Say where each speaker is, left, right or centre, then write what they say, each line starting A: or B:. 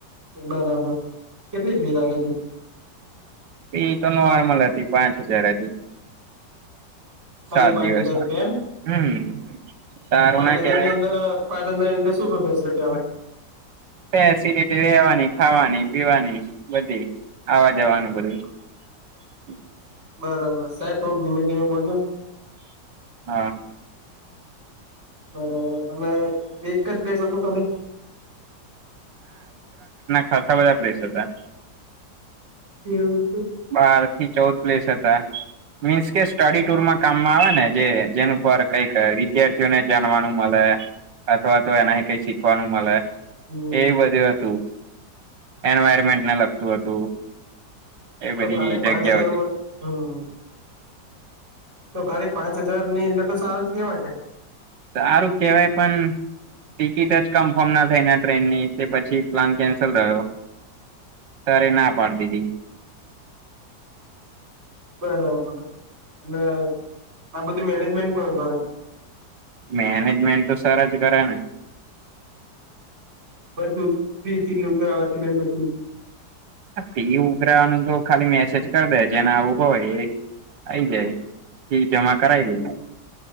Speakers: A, on the right; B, on the right.
A: બરાબર કેટલી ફ્રી લાગે ત
B: એ તો નોર્મલ હતી પાંચ હજાર હતી
A: ખાલી
B: સાત
A: પાંચ
B: દિવસમાં
A: હજાર રૂપિયા એમ
B: હમ <inaudible>
A: પાંચ
B: ના કેવાય
A: હજાર ની અંદર પાંચ હજારની અંદર શું ફેસિલિટી આવે
B: ફેસિલટી રેવાની ખાવાની પીવાની બધી આવવા જવાનું બરબું <inaudible>
A: બરાબર સાહેબ થોડું ધીમે ધીમે બોલજો ને
B: હા
A: બરાબર અને એક જ પ્લેસ હતોું ખાલી
B: ખાસ બધા પ્લેસ હતા
A: પવું તો
B: બાર થી ચૌદ પ્લેસ હતા મીન્સ કે સ્ટડી ટુરમાં કામમાં આવે ને જે જેનું પર કઈક રી વિદ્યાર્થીઓને જાણવાનું મળે અથવા તો એનાથી કઈ શીખવાનું મળે
A: હમ
B: એ બજુ હતું એન્વાયરમેન્ટને લગતું હતું એ
A: તો
B: બધી
A: ખાલી પાંચ
B: જગ્યાઓ
A: હજારમાં
B: હતી
A: હમ તો ખાલી પાંચ હજાર ની અંદર તો સારું જ કેવાયટ
B: સારું કેહેવાય પણ ટિકિટ જ કન્ફર્મ ના થઈને ટ્રેનની તે પછી પ્લાન કેન્સલ રહ્યો તરે ના પાડ દીધી
A: બરાબર અને બધ મેનેજમેન્ટ કો કરે
B: મેનેજમેન્ટ તો સારા જ કરે ને
A: બછું જ ફ ગાધ <inaudible>
B: ફી ઉઘરાવાનું તો ખાલી મેસેજ કરી દે જેને આવું હોય એ આઈ જાય ઠીક જમાં કરાવ
A: હમ
B: દે